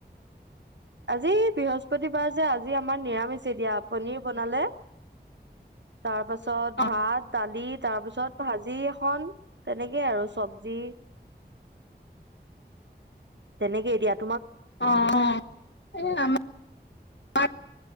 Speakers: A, on the right; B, on the left.
A: আজি বৃহস্পতিবাৰ যে আজি আমাৰ নিৰামিছে দিয়া পনিৰ বনালে তাৰ পাছত
B: অ
A: ভাত দালি তাৰ পিছত ভাজি এখন তেনেকেই আৰু চব্জি তেনেকে এৰিয়াত
B: অ অ এ আমাৰ